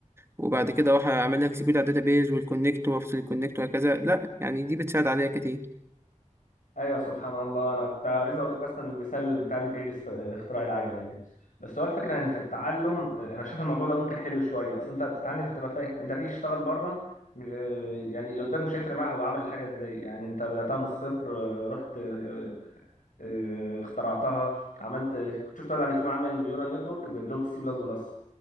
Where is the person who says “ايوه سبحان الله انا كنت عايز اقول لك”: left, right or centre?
Left